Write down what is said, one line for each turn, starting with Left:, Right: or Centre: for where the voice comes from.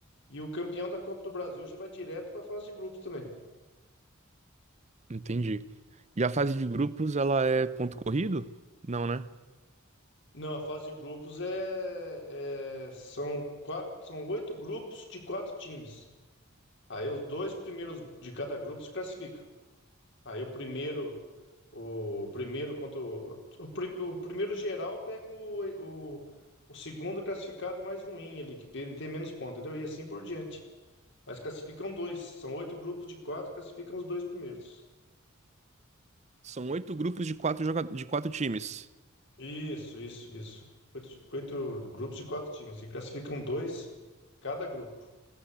Left: e o campeão da Copa do Brasil já vai direto para a fase de grupos também.
Right: Entendi. E a fase de grupos, ela é ponto corrido? Não, né?
Left: Não, a fase de grupos é, é- são quatro, são oito grupos de quatro times. Aí os dois primeiros de cada grupo se classificam. Aí o primeiro, o primeiro contra o, o, prim- o primeiro geral pega o, o, o segundo classificado mais ruim ali, que pe- tem menos pontos, entendeu? E assim por diante. Mas classificam dois. São oito grupos de quatro, classificam os dois primeiros.
Right: São oito grupos de quatro, joga... de quatro times.
Left: Isso, isso, isso. Oito, oito grupos de quatro times. E classificam dois cada grupo.